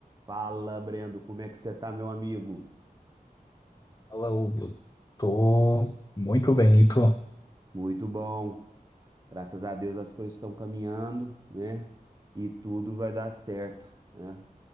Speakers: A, on the right; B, on the left.
A: Fala, Brendo, como é que você tá, meu amigo?
B: Fala, Hugo. Tô muito bem, e tu?
A: Muito bom. Graças a Deus as coisas estão caminhando, né? E tudo vai dar certo, né?